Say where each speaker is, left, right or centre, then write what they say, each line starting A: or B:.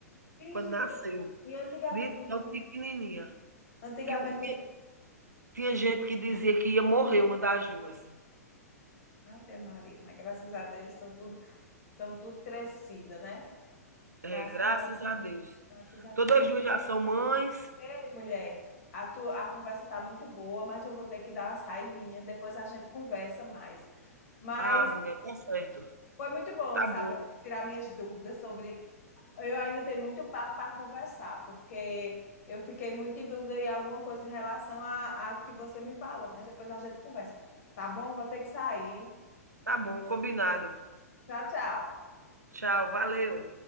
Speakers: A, on the left (about 60°); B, on the right (about 90°).
A: Ixi,
B: Quando nasceu,
A: co- e antigamente,
B: de
A: não
B: tão
A: tinha-
B: pequenininha,
A: antigamente,
B: que o ti
A: não tinha-
B: tinha gente que dizia que ia morrer uma das duas.
A: Ave Maria, mas graças a Deus, estão tudo, estão tudo crescida, né?
B: É,
A: Graças
B: graças
A: a Deus,
B: a Deus.
A: graças a
B: Todas as 2 já são mães.
A: Ei, mulher, a, tua, a conversa tá muito boa, mas eu vou ter que dar uma saidinha. Depois a gente conversa mais. Mas
B: Ah, mulher, tá certo.
A: foi muito bom
B: Tá
A: saber
B: bom,
A: tirar minhas dúvidas sobre. Eu ainda tenho muito papo para conversar, porque eu fiquei muito em dúvida em alguma coisa em relação a, a que você me falou, mas depois a gente conversa. Tá bom? Vou ter que sair.
B: tá bom, combinado.
A: Tchau, tchau.
B: Tchau, valeu.